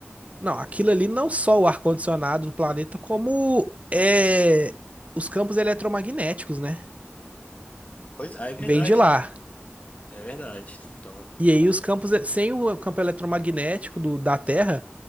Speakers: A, on the right (about 30°); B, on the left (about 35°).
A: Não, aquilo
B: Aí-
A: ali não só o ar-condicionado do planeta, como é, os campos eletromagnéticos, né?
B: Pois, ah, é verdade,
A: Vem de lá.
B: né? É verdade. Então,
A: E aí
B: lá-
A: os campos, eh, sem o campo eletromagnético do- da Terra,